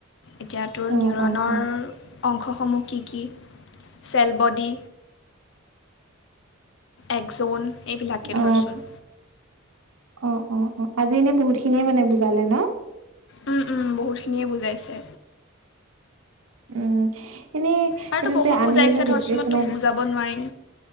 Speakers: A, on the left; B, on the right.
A: এতিয়া তোৰ
B: অ
A: নিউৰনৰ
B: অ অ
A: অংশসমূহ কি কি? Cell body. একজৌন এইবিলাকে
B: অ
A: ধৰচোন।
B: অ অ অ আজি এনেই বহুতখিনিয়ে মানে বুজালে ন'?
A: উম, উম, বহুতখিনিয়ে বুজাইছে।
B: উম, এনেই
A: আৰু
B: এইটো
A: তো বহুত
B: যে আমি
A: বুজাইছে
B: যে ডিপ্ৰেচনত
A: ধৰচোন মই তোক বুজাব নোৱাৰিম